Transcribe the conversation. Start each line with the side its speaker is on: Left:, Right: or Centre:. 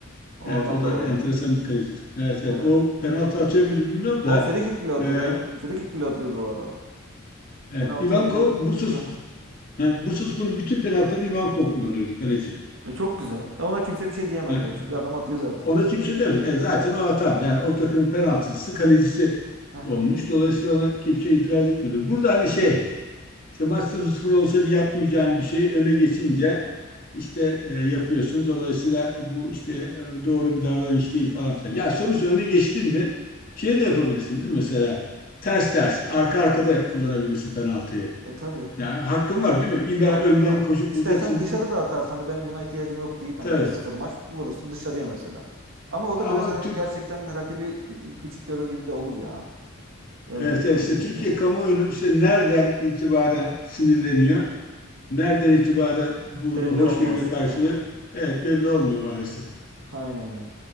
Right: O
Left: Evet
Right: adam
Left: o da
Right: da vardı.
Left: enteresan bir kaleciydi. Evet evet
Right: Evet.
Left: o penaltı atıyor muydu bilmiyorum da
Right: O free kick bile atıyordu.
Left: e,
Right: Free kick bile atıyordu o adam.
Left: evet,
Right: Penaltı
Left: Ivankov
Right: atıyordu.
Left: Bursa
Right: Hı hı.
Left: ha, Bursaspor'un bütün penaltılarını Ivankov kullanıyordu kaleci.
Right: E çok güzel. E, Ona kimse bir şey diyemez
Left: Ha,
Right: yani. Çünkü adam atıyor zaten.
Left: ona kimse demez. E, zaten o atan yani o takımın penaltıcısı kalecisi
Right: Hı hı.
Left: olmuş. Dolayısıyla ona kimse itiraz etmedi. Burada hani şey İşte maç 0-0 olsaydı yapmayacağın bir şey öne geçince işte e, yapıyorsun. Dolayısıyla bu işte e, doğru bir davranış değil falan filan. Ya sonuçta öne geçtin mi şey de yapabilirsin değil mi mesela? Ters ters arka arkada kullanabilirsin penaltıyı.
Right: E tabii.
Left: Yani hakkın var değil mi? İlla
Right: Hakkın
Left: önden
Right: var.
Left: koşup
Right: İstersen
Left: vuracaksın
Right: dışarı
Left: diye.
Right: da atarsan hani benim buna ihtiyacım yok deyip hani
Left: Tabii.
Right: 5-0 maç vurursun dışarıya mesela. Ama o
Left: Ama
Right: da biraz hani
Left: Türk
Right: gerçekten rakibi küçük görür gibi de olur ya. Öyle
Left: evet, evet,
Right: hareketler.
Left: işte Türkiye kamuoyunun işte nereden itibaren sinirleniyor? Nereden itibaren bunu
Right: Belli
Left: hoşgörüyle
Right: olmaz.
Left: karşılıyor?
Right: Hı hı.
Left: Evet belli olmuyor maalesef.
Right: Aynen ya.